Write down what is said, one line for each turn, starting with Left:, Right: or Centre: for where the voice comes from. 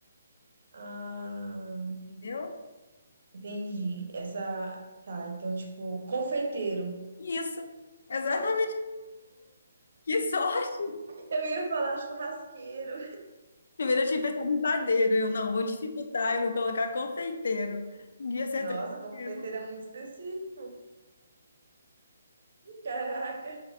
Right: Ah,
Left: entendeu?
Right: entendi. Essa. Tá, então, tipo, confeiteiro.
Left: Isso. Exatamente. Que sorte!
Right: Eu ia falar churrasqueiro.
Left: Primeiro eu tinha pensado em padeiro. Eu, não, vou dificultar, eu vou colocar confeiteiro. E acertou
Right: Nossa,
Left: inteiro.
Right: confeiteiro é muito específico, caraca.